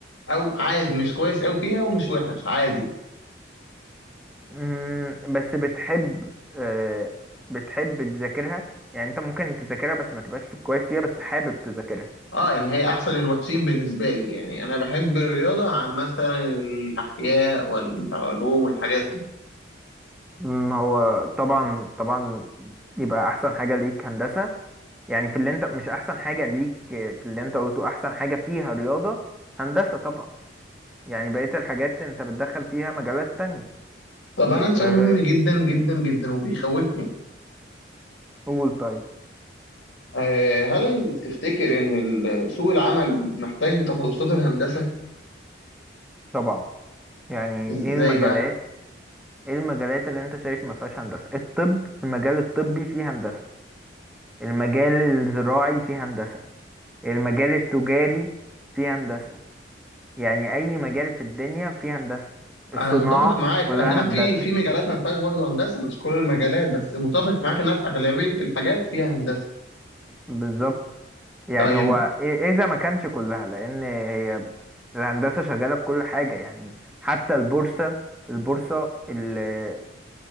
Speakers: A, on the left; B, in the centre.
A: او عادي مش كويس اوي فيها ومش وحش عادي
B: مم، بس بتحب آه، بتحب تذاكرها يعني انت ممكن تذاكرها بس ما تبقاش في- كويس فيها بس حابب تذاكرها
A: اه يعني هي احسن الوحشين بالنسبة لي يعني انا بحب الرياضة عن مثلا الاحياء والعلوم والحاجات دي
B: مم، هو طبعا طبعا يبقى احسن حاجة ليك هندسة يعني في اللي انت مش احسن حاجة ليك آه، في اللي انت قلته احسن حاجة فيها رياضة هندسة طبعا يعني بقية الحاجات انت بتدخل فيها مجالات تانية
A: طب أنا عندي سؤال
B: آه،
A: مهم جدا جدا جدا وبيخوفني
B: قول طيب
A: آه، هل تفتكر إن ال- سوق العمل محتاج تخصصات الهندسة؟
B: طبعا يعني
A: إزاي
B: ايه المجالات
A: بقى؟
B: ايه المجالات اللي انت شايف ما فيهاش هندسة الطب المجال الطبي فيه هندسة المجال الزراعي فيه هندسة المجال التجاري فيه هندسة يعني أي مجال في الدنيا فيه هندسة الصناعة
A: أنا متفق معاك
B: كلها
A: أي نعم
B: هندسة
A: في في مجالات ما فيهاش برضه هندسة مش كل المجالات بس متفق معاك إنها في أغلبية الحاجات فيها هندسة
B: بالظبط يعني
A: طيب
B: هو إ- إذا ما كانش كلها لأن هي الهندسة شغالة في كل حاجة يعني حتى البورصة البورصة ال-